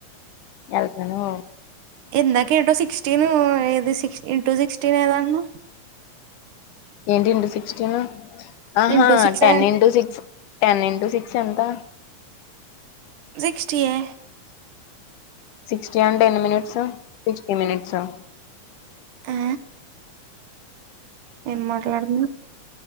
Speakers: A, on the left; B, on the right.
A: ఎళ్తను
B: ఎందాక ఏంటో సిక్స్టీన్ ఏది సిక్స్ ఇంటూ సిక్స్టీన్ ఏదొ అన్నావ్
A: ఏంటి ఇంటూ సిక్స్టీన్ ఆహా
B: into six
A: ten into six ten into six ఎంత
B: సిక్స్టీఎ
A: సిక్స్టీ అంటె ఎన్ని మినిట్స్ సిక్స్టీ మినిట్స్ ఆ
B: ఆ ఏం మాట్లాడుతున్నావ్